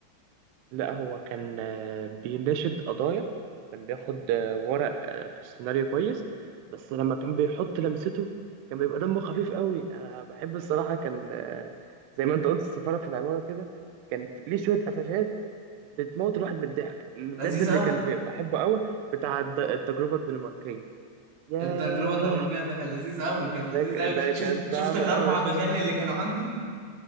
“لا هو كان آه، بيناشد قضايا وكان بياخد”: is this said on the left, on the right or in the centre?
Right